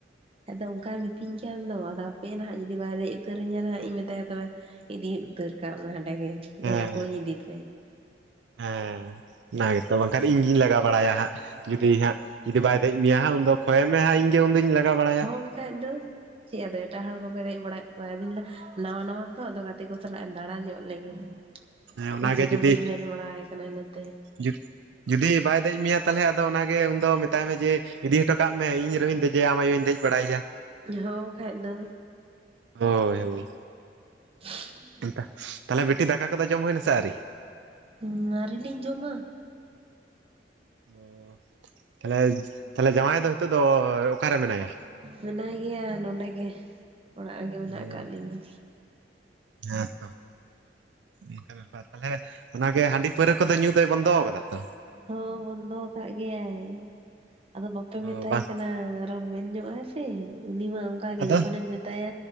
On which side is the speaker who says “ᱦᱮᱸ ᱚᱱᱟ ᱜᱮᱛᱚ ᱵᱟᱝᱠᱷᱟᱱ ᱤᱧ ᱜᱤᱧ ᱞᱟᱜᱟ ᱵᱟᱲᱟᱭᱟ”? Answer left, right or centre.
Right